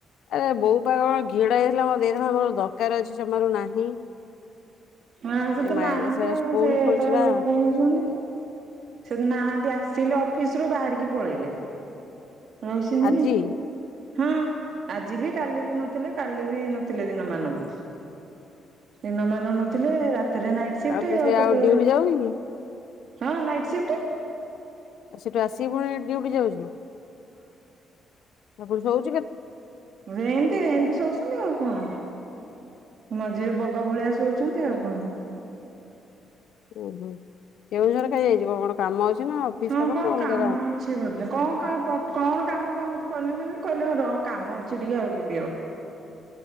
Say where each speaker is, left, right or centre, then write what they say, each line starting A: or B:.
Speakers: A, on the left; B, on the right.
A: ଆରେ ବୋଉ ପାଖ କଣ ଘିଅଡ ହେଇଥିଲା ମ ଦେଇଥାନ୍ତା ମୋର ଦରକାର ଅଛି ଚମାରୁ ନାହିଁ।
B: ହଁ ସେ
A: ଏ
B: ତ
A: ମାଏରା
B: ନାହାନ୍ତି
A: ସାଏରା
B: ଆଉ
A: ସ୍କୁଲ
B: ସେ
A: ଖୋଲିଛି
B: ତ
A: ନା
B: ପଳଉଛନ୍ତି। ସେ ନାହାନ୍ତି ଆସିଲେ ଅଫିସରୁୁ ବାହାରିକି ପଳେଇଲେ। ରହିଛନ୍ତି
A: ଆଜି
B: କାଇଁ? ହଁ ଆଜି ବି କାଲି ବି ନଥିଲେ କାଲି ବି ନଥିଲେ ଦିନ ମ ବି। ଦିନମାନ ନଥିଲେ ରାତିରେ ନାଇଟ ସିଫ୍ଟ
A: ତୁ
B: ହେଇ ଆଉ
A: ସେ
B: କେତେବେଳେ
A: ଡ୍ୟୁଟି ଯାଉନି କି?
B: ହଁ ନାଇଟ୍ ସିଫ୍ଟ।
A: ଆଉ ସେଠୁ ଆସି ପୁଣି ଡଉଟି ଯାଉଛି ଆଉ ତୁ ଶୋଉଚୁ।
B: ରହନ୍ତି ରହନ୍ତି ସଚନ୍ତିି ଆଉ କଣ? ମଝିରେ ବଗ ଭଳିଆ ଶୋଉଛନ୍ତି ଆଉ କଣ।
A: ଓହୋ କେଉଁଝର ଖା ଯାଇଛି କଣ କଣ କାମ ଅଛି। ନା ଅଫିସ
B: ହଁ କଣ
A: ନା ଅଲଗା
B: କାମ ଅଛି ବୋଧେ କଣ କ କଣ କାମ ଅ ଆମ। କନୁ କି କହିଲେ ର କାମ ଅଛି ଟିକେ ଆଉ ଯିବି ଆଉ